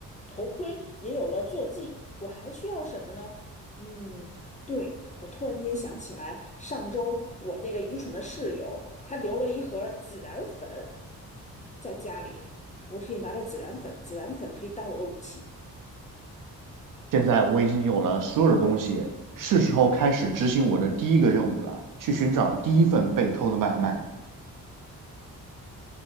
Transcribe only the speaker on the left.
头盔，也有了坐骑，我还需要什么呢？嗯，对，我突然间想起来，上周我那个愚蠢的室友，他留了一盒孜然粉在家里，我可以拿着孜然粉，孜然粉可以当我的武器。